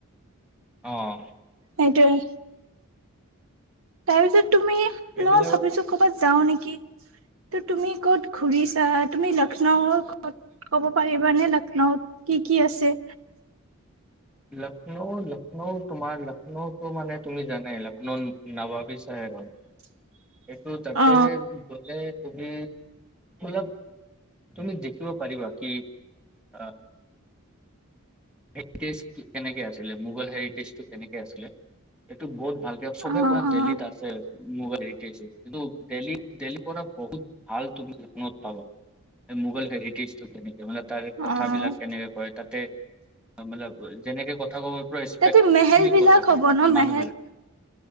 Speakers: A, in the centre; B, on the right.
A: অ'।
B: সেইটোৱে। তাৰ পিছত তুমি মই
A: এইবিলাক
B: ভাবিছো ক'ৰবাত যাওঁ নেকি। ত' তুমি ক'ত ঘূৰিছা, তুমি লক্ষ্ণৌৰ ক'ত ক'ব পাৰিবানে লক্ষ্ণৌত কি কি আছে?
A: লক্ষ্ণৌ লক্ষ্ণৌ তোমাৰ লক্ষ্ণৌটো মানে তুমি জানাই লক্ষ্ণৌ নবাবী চেহেৰ হয়।
B: <inaudible>
A: এইটো তাতে
B: অ
A: গ'লে তুমি অলপ তুমি দেখিব পাৰিবা। কি আ' হেৰিটেজ কেনেকে আছিলে মোগল হেৰিটেজটো কেনেকে আছিলে এইটো বহুত ভালকে চবে
B: অ
A: কয় ন দেল্লীত
B: অ
A: আছে। মোগল হেৰিটেজটো কিন্তু দেল্লী দেল্লীৰ পৰা বহুত ভাল তুমি লক্ষ্ণৌত পাবা। মোগল হেৰিটেজটো কেনেকে মানে তাৰে
B: অ',
A: কথাবিলাক কেনেকে কয় তাতে। <unintelligible> যেনেকে কথা ক'ব পুৰা ৰিছপেক্ট
B: তাতে মেহেল
A: ফুলি
B: বিলাক
A: কথা কয়
B: হ'ব ন
A: মানুহবিলাক।
B: মেহেল?